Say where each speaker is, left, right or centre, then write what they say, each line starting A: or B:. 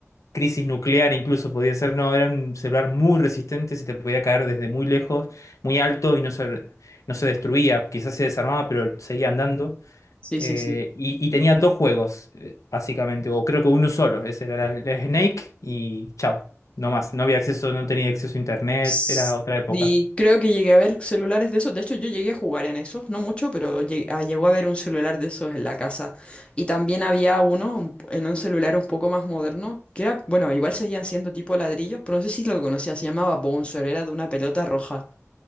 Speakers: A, on the left; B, on the left.
A: crisis nuclear, incluso podía ser, no, era un celular muy resistente, se te podía caer desde muy lejos, muy alto y no se, no se destruía, quizás se desarmaba, pero seguía andando.
B: Sí,
A: Eh,
B: sí, sí.
A: y, y tenía dos juegos, eh, básicamente, o creo que uno solo. Ese era el el Snake y chao. No más, no había acceso, no tenía acceso a internet,
B: Sí,
A: era otra época.
B: creo que llegué a ver celulares de esos. De hecho, yo llegué a jugar en esos, no mucho, pero lle- ah, llegó a ver un celular de esos en la casa. Y también había uno un- en un celular un poco más moderno, que era, bueno, igual seguían siendo tipo ladrillos, pero no sé si lo conocía, se llamaba Bouncer, era de una pelota roja.